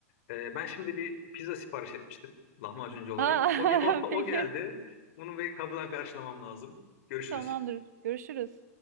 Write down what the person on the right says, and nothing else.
Aa,
<laughs>
peki.
Tamamdır. Görüşürüz.